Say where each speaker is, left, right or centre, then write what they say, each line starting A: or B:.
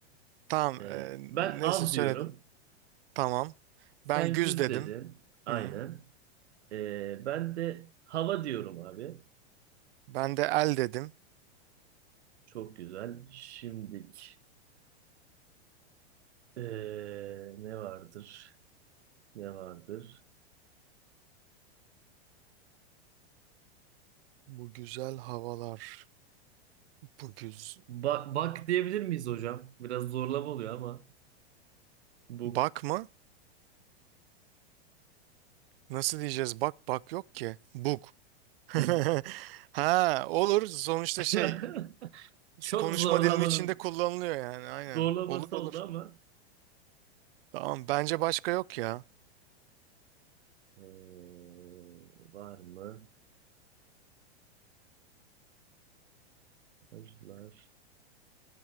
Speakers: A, on the right (about 60°); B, on the right (about 85°).
A: Tamam.
B: E,
A: Ee,
B: ben
A: neyse
B: av
A: söyledim.
B: diyorum.
A: Tamam.
B: Sen
A: Ben güz
B: güz
A: dedim.
B: dedin. Aynen.
A: Hı.
B: Ee, ben de hava diyorum abi.
A: Ben de el dedim.
B: Çok güzel. Şimdilik ee, ne vardır? Ne vardır?
A: Bu güzel havalar. Bu güz...
B: Bak, bak diyebilir miyiz hocam? Biraz zorlama oluyor ama. Buk.
A: Bak mı? Nasıl diyeceğiz? Bak bak yok ki. Bug. <laughs>
B: Hı.
A: Ha olur. Sonuçta
B: <laughs>
A: şey
B: Çok
A: konuşma
B: zorlamanın
A: dilin içinde kullanılıyor yani. Aynen.
B: zorlaması
A: Olur olur.
B: oldu ama.
A: Tamam. Bence başka yok ya.
B: Ee, var mı? Mesajlar.